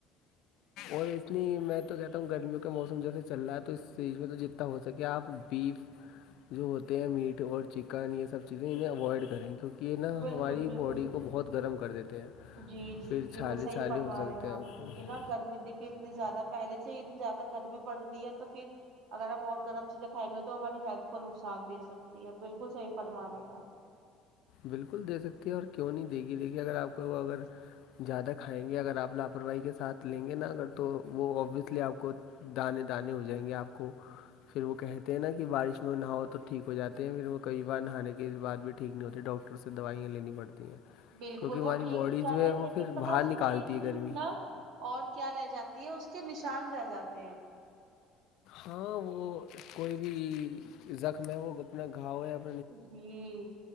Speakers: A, on the left; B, on the right.
A: اور اتنی میں تو کہتا ہوں گرمیوں کے موسم سمجھے سے چل رہا ہے تو اس اسٹیج میں تو جتنا ہو سکے آپ بیف جو ہوتے ہیں میٹ اور چکن یہ سب چیزیں انہیں اوائڈ کریں کیونکہ کہ یہ نا
B: بالکل
A: ہماری
B: بالکل
A: باڈی
B: بالکل
A: کو بہت گرم کر دیتے ہیں
B: جی جی
A: پھر چھالے
B: یہ وہ صحیح
A: چھالے
B: فرما
A: ہو سکتے
B: رہے ہیں آپ
A: ہم کو
B: کیک نا گرمی دیکھیے اتنی زیادہ پہلے سے اتنی زیادہ گرمی پڑ رہی ہے تو پھر اگر ہم اور گرم چیزیں کھائیں گے تو ہماری ہیلتھ کو نقصان دے سکتی ہے بالکل صحیح فرماے ہیں آپ
A: بالکل دے سکتی ہے اور کیوں نہیں دے گی دیک گی اگر آپ کو وہ اگر زیادہ کھائیں گے اگر آپ لاپرواہی کے ساتھ لیں گے نا اگر تو وہ اوبویسلی آپ کو دانے دانے ہو جائیں گے آپ کو پھر وہ کہتے ہیں نا کہ بارش میں نہ ہو تو ٹھیک ہو جاتے ہیں پھر وہ کئی نہانے کی بات بھی ٹھیک نہیں ہوتی ڈاکٹر سے دوائیاں لینی پڑتی ہیں
B: بالکل
A: کیونکہ ہماری
B: وہ ٹھیک
A: باڈی
B: بھی جاتے
A: جو ہے
B: ہیں
A: وہ
B: لیکن
A: پھر
B: بتاؤ
A: باہر
B: اس
A: نکالتی
B: میں ایک
A: ہے
B: چیز
A: گرمی
B: نا اور کیا رہ جاتی ہے اس کے نشان رہ جاتے ہیں
A: ہاں وہ کوئی بھی زخم ہے وہ اپنا گھاؤ ہے اپ
B: جی